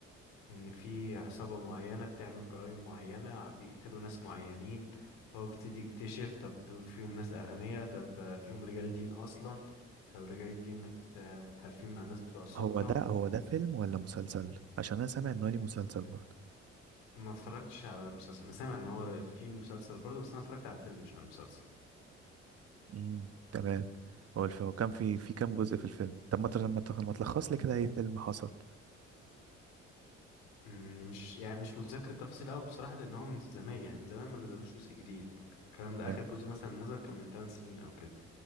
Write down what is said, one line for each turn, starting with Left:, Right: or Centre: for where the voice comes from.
Left: ان في عصابه معينه بتعمل جرائم معينه ع- بيقتلوا ناس معينين فهو بيبتدي يكتشف طب دول فيهم ناس اغنياء طب ده فيهم رجال دين اصلا طب رجال الدين مت آه، متحالفين مع ناس بتوع سلطه
Right: هو ده هو ده فيلم ولا مسلسل عشان انا سامع ان هو ليه مسلسل برضه
Left: ما اتفرجتش على المسلسل انا سامع ان هو في مسلسل برضه بس انا اتفرجت على الفيلم مش على المسلسل
Right: امم تمام هو الفيلم كان في في كام جزء في الفيلم طب ما تر- ما تخ- ما تلخص لي كده اي فيلم حصل
Left: أمم، مش يعني مش متذكر التفاصيل قوي بصراحة لان هو من زمان يعني من زمان ما نزلوش جزء جديد الكلام ده
Right: تمام
Left: اخر جزء مثلا نزل كان من 8 سنين او كده